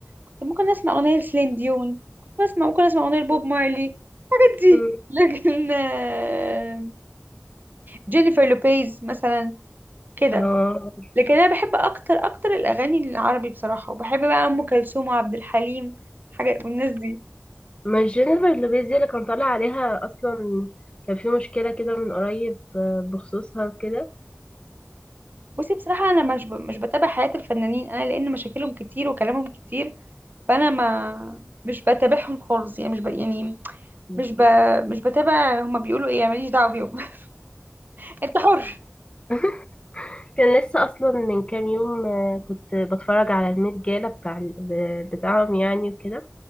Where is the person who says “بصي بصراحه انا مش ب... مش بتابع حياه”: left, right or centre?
Right